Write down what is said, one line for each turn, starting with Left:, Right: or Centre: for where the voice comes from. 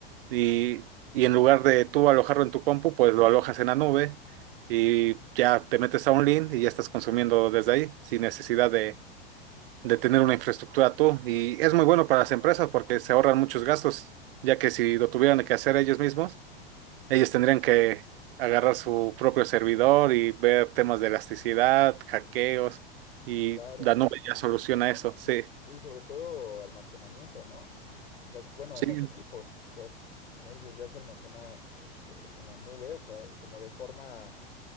Right: Y, y en lugar de tú alojarlo en tu compu, pues lo alojas en la nube y ya te metes a un link y ya estás consumiendo desde ahí sin necesidad de, de tener una infraestructura tú. Y es muy bueno para las empresas porque se ahorran muchos gastos, ya que si lo tuvieran que hacer ellos mismos ellos tendrían que agarrar su propio servidor y ver temas de elasticidad, hackeos, y
Left: claro.
Right: Danube ya soluciona eso, sí.
Left: Sí, sobre todo almacenamiento, ¿no? O sea, bueno,
Right: Sí.
Left: en los equipos, pues, como dices, ya se almacena este, en la nube, o sea, como de forma